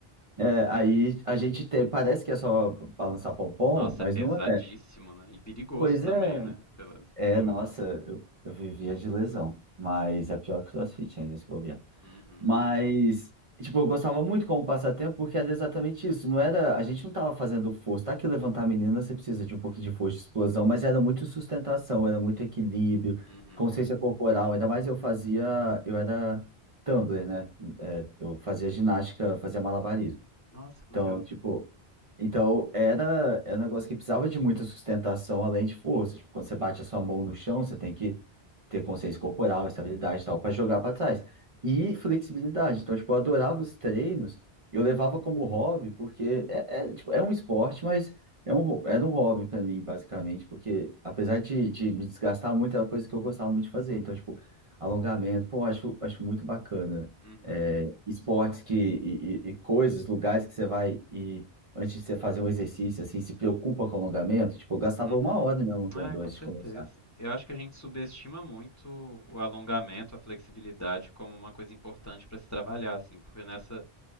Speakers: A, on the right (about 40°); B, on the left (about 20°).
A: É, aí a gente tem, parece que é só balançar pompom,
B: Nossa,
A: mas
B: é pesadíssimo,
A: não é.
B: né? E perigoso
A: Pois
B: também,
A: é,
B: né? Pelas, pelo
A: É,
B: que
A: nossa,
B: eu vejo.
A: eu, eu vivia de lesão, mas é pior que o CrossFit ainda, se bobear.
B: Uhum,
A: Mas, tipo, eu gostava muito como passatempo porque era exatamente isso. Não era, a gente não tava fazendo força, tá? Que levantar a menina você precisa de um pouquinho de força, de explosão, mas era muito sustentação, era muito equilíbrio,
B: uhum.
A: consciência corporal. Ainda mais eu fazia, eu era tumbler, né? É, eu fazia ginástica, fazia malabarismo.
B: Nossa, que
A: Então,
B: legal.
A: tipo, então era, era um negócio que precisava de muita sustentação além de força. Tipo, quando você bate a sua mão no chão, você tem que ter consciência corporal, estabilidade e tal, para jogar para trás. E flexibilidade. Então, tipo, eu adorava os treinos, eu levava como hobby, porque é, é, tipo, é um esporte, mas é um, era um hobby para mim, basicamente, porque apesar de, de me desgastar muito, era uma coisa que eu gostava muito de fazer. Então, tipo, alongamento, pô, acho, acho muito bacana
B: Uhum,
A: é, esportes que, e, e- e coisas, lugares que você vai e antes de você fazer um exercício, assim, se preocupa com alongamento. Tipo, eu gastava
B: uhum.
A: uma hora me alongando
B: É, com
A: antes
B: certeza.
A: de começar.
B: Eu acho que a gente subestima muito o alongamento, a flexibilidade como uma coisa importante para se trabalhar, assim, porque nessa